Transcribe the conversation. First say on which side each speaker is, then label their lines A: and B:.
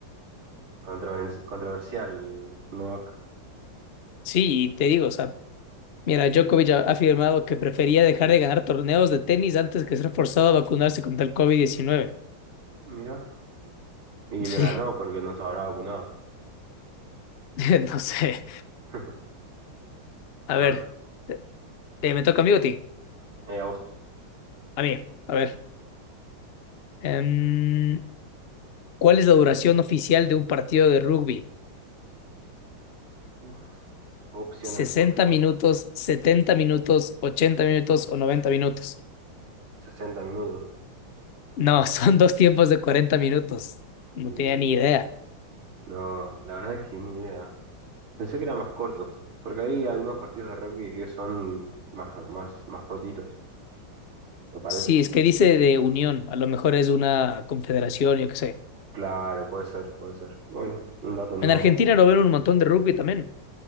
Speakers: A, on the right; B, on the left.
A: Controven- controversial, Novak,
B: sí, y te digo, o sea, mira, Djokovic ha ha afirmado que prefería dejar de ganar torneos de tenis antes que ser forzado a vacunarse contra el covid diecinueve
A: mira. Y
B: Sí,
A: le ganó porque no se habrá vacunado.
B: <laughs> no sé.
A: <laughs>
B: A
A: A
B: ver,
A: ver,
B: te- te- me toca a mí o a ti?
A: eh, aus-
B: A mí, a ver. em, ¿cuál es la duración oficial de un partido de rugby?
A: uf, opciones,
B: sesenta
A: por favor.
B: minutos, 70 minutos, 80 minutos o 90 minutos?
A: sesenta minutos.
B: No, <laughs> son dos tiempos de 40 minutos. No
A: Uh,
B: tenía ni idea.
A: no, la verdad es que ni idea. Pensé que eran más cortos, porque hay algunos partidos de rugby que son más, más, más cortitos, me parece.
B: Sí, es que dice de unión, a lo mejor es una confederación, yo qué sé.
A: Claro, puede ser, puede ser. Bueno, un dato nuevo.
B: En Argentina lo ven un montón de rugby también.